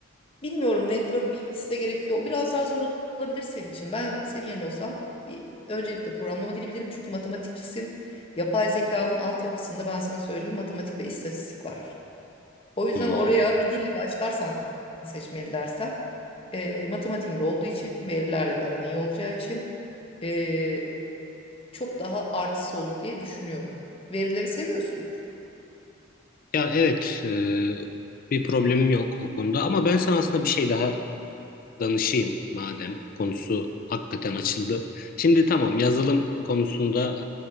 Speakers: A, on the left; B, on the left.
A: bilmiyorum network bir ikisi de gerekiyor. O biraz daha zor olabilir senin için. Ben senin yerinde olsam bir öncelikle programlama dili bilirim. Çünkü matematikçisin. Yapay zekanın altyapısında ben sana söyleyeyim matematik ve istatistik var. O yüzden
B: Hı.
A: oraya bir dille başlarsan seçmeli dersen e, matematiğinde olduğu için verilerle de aran iyi olacağı için e, çok daha artısı olur diye düşünüyorum. Verileri seviyorsundur.
B: Ya evet, e, bir problemim yok o konuda ama ben sana aslında bir şey daha danışayım madem konusu hakikaten açıldı. Şimdi tamam yazılım konusunda